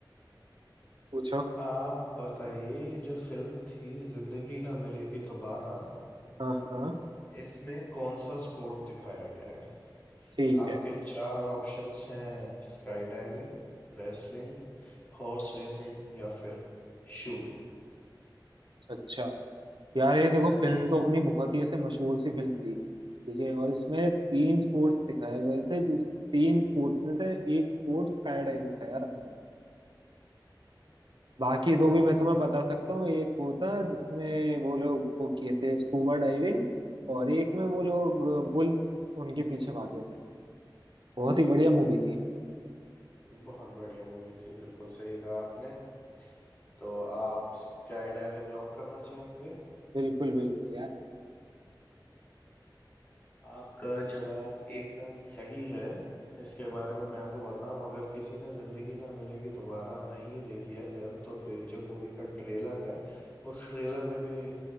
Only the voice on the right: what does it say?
पूछो
हाँ हाँ
ठीक
है
अच्छा यार ये देखो फिल्म
तो अपनी बहुत ही ऐसे मशहूर सी फिल्म थी ठीक है और इसमें तीन स्पोर्ट्स दिखाए गए थे जिस तीन स्पोर्ट्स में से एक स्पोर्ट स्काई डाइविंग था यार अपना बाकी
दो भी मैं तुम्हें बता सकता हूँ एक वो था जिसमें वो लोग वो किए थे स्कूबा डाइविंग और एक में वो लोग बुल्स उनके पीछे भागे थे बहुत ही बढ़िया मूवी थी
बिल्कुल बिल्कुल